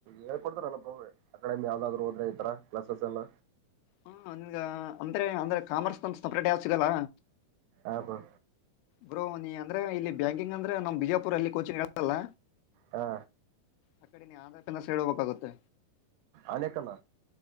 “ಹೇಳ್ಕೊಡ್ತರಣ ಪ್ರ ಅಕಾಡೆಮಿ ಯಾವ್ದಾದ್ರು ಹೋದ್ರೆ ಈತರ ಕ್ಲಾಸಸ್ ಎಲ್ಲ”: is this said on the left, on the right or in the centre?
Right